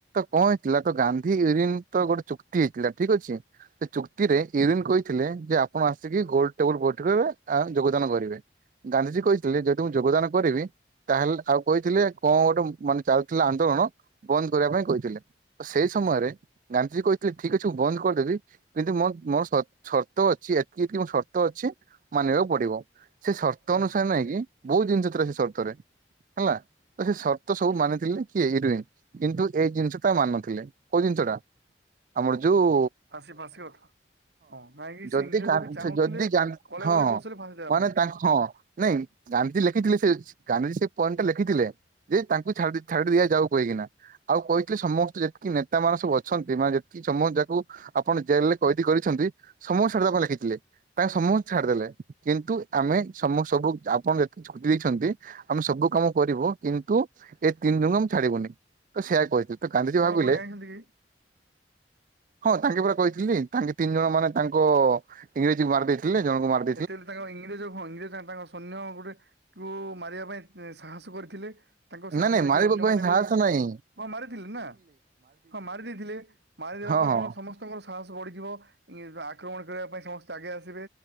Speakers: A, on the right (about 45°); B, on the right (about 65°).
A: କଣ ହେଇଥିଲା, ତ ଗାନ୍ଧୀ <unintelligible> ଗୋଟେ ଚୁକ୍ତି ହେଇଥିଲା, ଠିକ ଅଛି। ସେ ଚୁକ୍ତିରେ ୟୁରିନ୍ କହିଥିଲେ, ଯେ ଆପଣ ଆସିକି ଗୋଲଡ ଟେବୁଲ ବୈଠକ ରେ ଆ ଯୋଗଦାନ କରିବେ। ଗାନ୍ଧିଜୀ କହିଥିଲେ, ଯଦି ମୁଁ ଯୋଗଦାନ କରିବି ତାହେଲେ, ଆଉ କହିଥିଲେ କଣ ଗୋଟେ ମାନେ ଚାଲୁଥିଲା ଆନ୍ଦୋଳନ। ବନ୍ଦ କରିବା ପାଇଁ କହିଥିଲେ, ସେଇ ସମୟରେ ଗାନ୍ଧିଜୀ କହିଥିଲେ ଠିକ ଅଛି ମୁଁ ବନ୍ଦ କରିଦେବି। କିନ୍ତୁ ମୋ ମୋର <unintelligible> ସର୍ତ୍ତ ଅଛି ଏତିକିି ମୋ ସର୍ତ୍ତ ଅଛି ମାନିବାକୁ ପଡିବ। ସେ ସର୍ତ୍ତ
B: ହଁ
A: ଅନୁସାରେ ନାଇଁ କି ବହୁତ ଜିନିଷ ଥିଲା ସେ ସର୍ତ ରେ। ହେଲା ତ ସେ ସର୍ତ୍ତ ସବୁ ମାନିଥିଲେ କିଏ ୟୁରୋଇନ। କିନ୍ତୁ ଏଇ ଜିନିଷ ଟା ମାନିନଥିଲେ। କୋଉ ଜିନିଷ ଟା? ଆମର ଯୋଉ
B: ଫାଶୀ ଫାଶୀ କଥା। ହଁ ନାଇଁ କି
A: ଯଦି
B: ସେ ଇଂରେଜ
A: ଗା
B: ବି ଚାହୁଁଥିଲେ
A: ସେ ଯଦି ଗା
B: କଳେ
A: ହଁ
B: ବଳେ
A: ହଁ।
B: କୌଶଳେ <unintelligible> ଦେବା
A: ମାନେ
B: ପାଇଁ।
A: ତାଙ୍କ ହଁ ନାଇଁ ଗାନ୍ଧିଜୀ ଲେଖିଥିଲେ ସେ ଗାନ୍ଧିଜୀ ସେ ପଏଣ୍ଟ ଟା ଲେଖିଥିଲେ। ଯେ ତାଙ୍କୁ ଛା ଛାଡିିଦିଆ ଯାଉ କାହିକିନା। ଆଉ କହିଥିଲେ ସମସ୍ତେ ଯେତିକି ନେତା ମାନେ ସବୁ ଅଛନ୍ତି ମାନ ଯେତିକି ସମସ୍ତେ ଯାକୁ ଆପଣ ଜେଲରେ କଏଦି କରିଛନ୍ତି। <unintelligible> ଲେଖିଥିଲେ। ତାଙ୍କେ ସମସ୍ତେ ଛାଡିଦେଲେ କିନ୍ତୁ ଆମେ ସମ ସବୁ ଆପଣ ଯେତେ ଛୁଟି ଦେଇଛନ୍ତି ଆମେ ସବୁ କାମ କରିବୁ କିନ୍ତୁ ଏ ତିନି ଜଣଙ୍କୁ ଆମ ଛାଡିବୁନି। ତ ସେଇଆ କହିଥିଲେ। ତୁ ଗାନ୍ଧିଜୀ
B: କଣ
A: ଭାବିଲେ
B: ପାଇଁ ଜାଣିଛନ୍ତି କି?
A: ହଁ ତାଙ୍କେ ପରା କହିଥିଲି ତାଙ୍କେ ତିନି ଜଣ ମାନେ ତାଙ୍କ ଇଂରେଜକୁ ମାରିଦେଇ <unintelligible> ଜଣକୁ ମାର
B: <unintelligible> ଇଂଗ୍ରେଜ ହଁ ଇଂରେଜ ତାଙ୍କ ସୈନ୍ୟ ଗୋଟେ କୁ ମାରିବା ପାଇଁ ସାହସ କରିଥିଲେ। ତାଙ୍କ ସାହସ
A: ନାଇଁ ନାଇଁ
B: ଦେଖି
A: ମାରିବା
B: ଅନ୍ୟମାନେ
A: ପାଇଁ ସାହସ
B: ବି
A: ନାହିଁ
B: ହଁ ମାରିଥିଲେ ନା ହଁ ମାରି ଦେଇଥିଲେ ମାରିଦେଲା
A: ହଁ
B: ପରେ
A: ହଁ
B: କଣ ସମସ୍ତ ତାଙ୍କ ସାହସ ବଢିଯିବ ଆକ୍ରମଣ କରିବା ପାଇଁ ସମସ୍ତେ ଆଗେଇ ଆସିବେ।